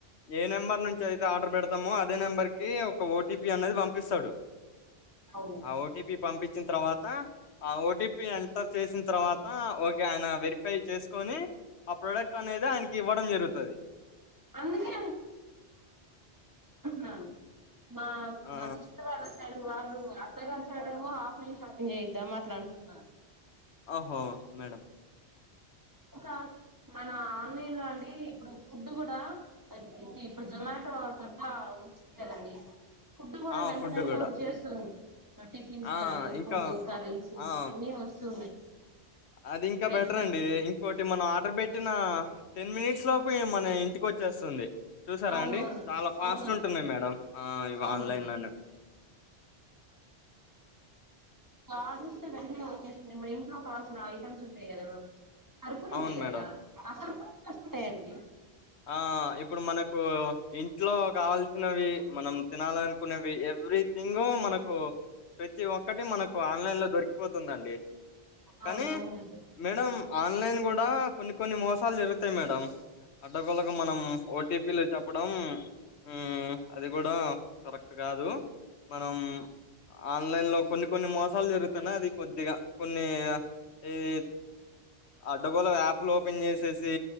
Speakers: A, on the left; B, on the right.
A: ఏ నెంబర్ నుంచి అయితే ఆర్డర్ పెడతామో అది అదే నెంబర్ కి ఒక ఓటీపీ అనేది పంపిస్తాడు
B: అవును
A: ఆ ఓటీపీ పంపించిన తర్వాత ఆ ఓటీపీ ఎంటర్ చేసిన తర్వాత ఓకే ఆయన వెరిఫై చేసుకొని ఆ ప్రొడక్ట్ అనేది ఆయనకి ఇవ్వడం జరుగుతది
B: అందుకే నాను మా
A: ఆ
B: మా కృష్ణ వాళ్ళ సైడ్ టు వాల్ నువు మీ అత్తగారి సైడేమో ఆఫ్లైన్ షాపింగ్ చేయిద్దాం అట్లా అంటున్నాను
A: ఓహో మేడం
B: ఇంకా మన ఆన్లైన్ లో అండి ఇప్పుడు ఫుడ్ కూడా ఇప్పుడు జొమాటో కొత్తగా వచ్చింది కదండి ఫుడ్ కూడా
A: ఆ
B: వెంట
A: ఫుడ్
B: వెంటనే
A: కూడా
B: వచ్చేస్తుంది టిఫిన్స్
A: ఆ
B: గానీ
A: ఇంకా
B: ఫుడ్డు కర్రీస్
A: ఆ
B: అన్నీ వస్తున్నాయి
A: అది ఇంకా
B: వెజ్
A: బెటర్ అండి ఇం మనం ఆర్డర్ పెట్టిన టెన్ మినిట్స్ లోపు మన ఇంటికి వచ్చేస్తుంది చూసారా
B: అవునవును
A: అండి చాలా ఫాస్ట్
B: అవునవును
A: ఉంటున్నాయి మేడం ఇవి
B: అవునండి
A: ఆన్లైన్ లోనేవి
B: ఆడర్స్ వెంటనే వచ్చేస్తున్నాయి మా ఇంట్లో కావాల్సిన ఐటమ్స్ ఉంటాయి కదా ఇప్పుడు అరటి
A: అవును
B: ఉంటయి
A: మేడం
B: కదా అప్పుడు కూడా వస్తే అండి
A: ఆ ఇప్పుడు మనకు పో ఇం ఇంట్లో కావాల్సినవి మనం తినాలనుకునేవి ఎవ్రీథింగ్ మనకు కు ప్రతి ఒక్కటి మనకు ఆన్లైన్ లో దొరికిపోతుందండి కానీ
B: అవునవునండి
A: మేడం ఆన్లైన్ కూడా కొన్ని కొన్ని మోస్ తాలు జరుగుతయి మేడం అడ్డగోలగా మనం ఓ టీ పీ లు చెప్పడం ఉ అది కూడా కరెక్ట్ కాదు మనం ఆన్లైన్ లో కొన్ని కొన్ని మోసాలు జరుగుతున్నాయి అది కొద్దిగా కొన్ని ఇగ ఇది అడ్డ గోలుగా యాప్లు ఓపెన్ చేసేసి